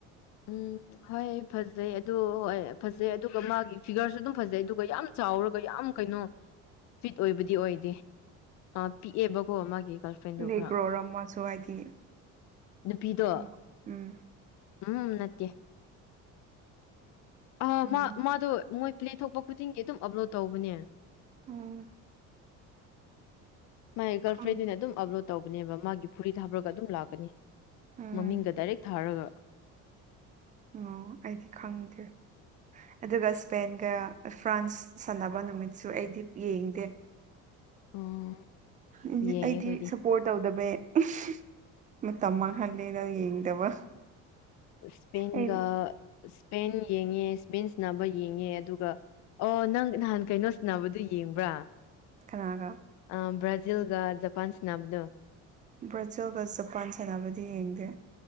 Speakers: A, on the left; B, on the right.
A: ꯎꯝ ꯍꯣꯏ ꯐꯖꯩ ꯑꯗꯨ ꯍꯣꯏ ꯐꯖꯩ ꯑꯗꯨꯒ ꯃꯥꯒꯤ ꯐꯤꯒꯔꯁꯨ ꯑꯗꯨꯝ ꯐꯖꯩ ꯑꯗꯨꯒ ꯌꯥꯝ ꯆꯥꯎꯔꯒ ꯌꯥꯝ ꯀꯩꯅꯣ ꯐꯤꯠ ꯑꯣꯏꯕꯗꯤ ꯑꯣꯏꯗꯦ ꯄꯤꯛꯑꯦꯕꯀꯣ ꯃꯥꯒꯤ ꯐ꯭ꯔꯦꯟꯗꯣ
B: ꯅꯦꯈ꯭ꯔꯣꯔ
A: ꯈꯔ
B: ꯑꯃꯁꯨ ꯍꯥꯏꯗꯤ
A: ꯅꯨꯄꯤꯗꯣ
B: ꯎꯝ
A: ꯎꯝ ꯅꯠꯇꯦ ꯑ
B: ꯎꯝ
A: ꯃꯥ ꯃꯥꯗꯣ ꯃꯣꯏ ꯄ꯭ꯂꯦ ꯊꯣꯛꯄ ꯈꯨꯗꯤꯡꯒꯤ ꯑꯗꯨꯝ ꯑꯞꯂꯣꯗ ꯇꯧꯕꯅꯦ
B: ꯎꯝ
A: ꯃꯥꯒꯤ ꯒꯔꯜ
B: ꯈꯪ
A: ꯐ꯭ꯔꯦꯟꯗꯨꯅ ꯑꯗꯨꯝ ꯑꯞꯂꯣꯗ ꯇꯧꯕꯅꯦꯕ ꯃꯥꯒꯤ ꯐꯨꯔꯤꯠ ꯍꯥꯞꯔꯒ ꯑꯗꯨꯝ ꯂꯥꯛꯀꯅꯤ
B: ꯎꯝ
A: ꯃꯃꯤꯡꯗ ꯗꯥꯏꯔꯦꯛ ꯊꯥꯔꯒ
B: ꯑꯣ ꯑꯩꯗꯤ ꯈꯪꯗꯦ ꯑꯗꯨꯒ ꯏꯁꯄꯦꯟꯒ ꯐ꯭ꯔꯥꯟꯁ ꯁꯥꯟꯅꯕ ꯅꯨꯃꯤꯠꯁꯨ ꯑꯩꯗꯤ ꯌꯦꯡꯗꯦ
A: ꯑꯣ
B: ꯎ
A: ꯌꯦꯡꯉꯦ
B: ꯑꯩꯗꯤ
A: ꯑꯩꯈꯣꯏꯗꯤ
B: ꯁꯄꯣꯔꯠ ꯇꯧꯗꯕꯩ ꯎꯝ-ꯃꯇꯝ ꯃꯥꯡꯍꯜꯂꯦꯅ ꯌꯦꯡꯗꯕ
A: ꯏ꯭ꯁꯄꯦꯟꯒ
B: ꯑꯩ
A: ꯏ꯭ꯁꯄꯦꯟ ꯌꯦꯡꯉꯦ ꯏ꯭ꯁꯄꯦꯟ ꯁꯅꯕ ꯌꯦꯡꯉꯦ ꯑꯗꯨꯒ ꯑꯣ ꯅꯪ ꯅꯍꯥꯟ ꯀꯩꯅꯣ ꯁꯤꯟꯅꯕꯗꯨ ꯌꯦꯡꯕ꯭ꯔꯥ
B: ꯀꯅꯥꯒ
A: ꯑ ꯕ꯭ꯔꯥꯖꯤꯜꯒ ꯖꯄꯥꯟ ꯁꯤꯅꯕꯗꯣ
B: ꯕ꯭ꯔꯥꯖꯤꯜꯒ ꯖꯄꯥꯟ ꯁꯥꯟꯅꯕꯗꯤ ꯌꯦꯡꯗꯦ